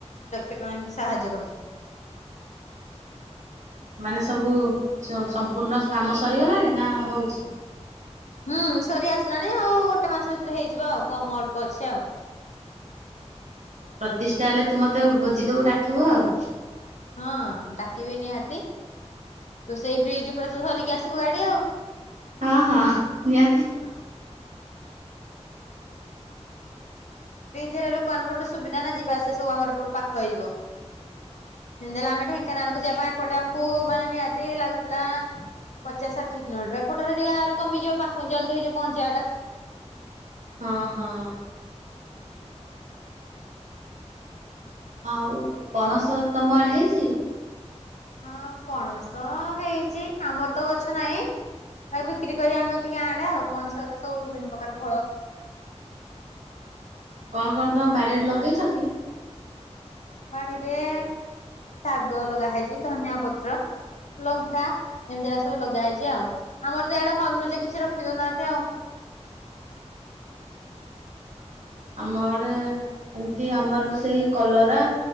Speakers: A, on the left; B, on the right.
A: ଲକ୍ଷ ଟଙ୍କା ଏମିତି ସାହାଯ୍ୟ କରିଥିଲେ।
B: ମାନେ ସବୁ ସମ୍ପୂର୍ଣ୍ଣ କାମ ସରିଗଲାଣି ନା ହଉଚି?
A: ହୁଁ ସରି ଆସିଲାଣି ଆଉ ଗୋଟେ ମାସ ଭିତରେ ହେଇଯିବ ଆଉ କମ ଅଳ୍ପ ଅଛି ଆଉ।
B: ପ୍ରତିଷ୍ଠା ହେଲେ ତୁ ମତେ ଭୋଜି ଦବୁ ଡାକିବୁ ଆଉ।
A: ହଁ ଡାକିବି ନିହାତି ତୁ ସେଇ ବ୍ରିଜ୍ ଉପରେ ତୁ ଧରିକି ଆସିବୁ ଗାଡି ଆଉ।
B: ହଁ ହଁ ନିହାତି।
A: ହଁ। ବ୍ରିଜ ହେଲେ ଲୋକମାନଙ୍କର ଗୋଟେ ସୁବିଧା ନା ଯିବା ଆସିବା ସବୁ ଆମର ଏପଟୁ ପାଖ ହେଇଯିବ। ଯେମତି ହେଲେ ଆମେ ଢେଙ୍କାନାଳକୁ ଯିବା ପାଇଁ ଏପଟେ ଆମକୁ ମାନେ ନିହାତି ଲାଗୁଥିଲା ପଚା ଷାଠିଏ କିଲୋମିଟର ଏପଟେ ଟିକେ ଆହୁରି କମିଯିବ ପାଖ ଜଲଦ ହେଇଯିବ ପହଞ୍ଚିବାଟା।
B: ହଁ ହଁ। ଆଉ ପଣସ ତମ ଆଡ଼େ ହେଇଚି?
A: ହଁ ପଣସ ହେଇଚି ଆମର ତ ଗଛ ନାହିଁ। ତା ବିକ୍ରି କରି ଆଣନ୍ତି ଗାଁ ଆଡେ ଆଉ ପଣସ ସହିତ ସବୁ ବିଭିନ୍ନ ପ୍ରକାର ଫଳ।
B: କଣ କଣ ତମ ବାଡିରେ ଲଗେଇଛ କି?
A: ଆମର ବାଡିରେ ସେଇ ଶାଗ ଲଗା ହେଇଛି ଧନିଆ ପତ୍ର ଲଙ୍କା ଏମିତି ଅରା ସବୁ ଲଗା ହେଇଛି ଆଉ ଆମର ତ ଏଆଡେ ହନୁ ଯେ କିଛି ରଖେଇ ଦଉନାହାନ୍ତି ଆଉ।
B: ଆମ ଆଡ଼େ ଏମିତି ଆମର ବି ସେଇ କଲରା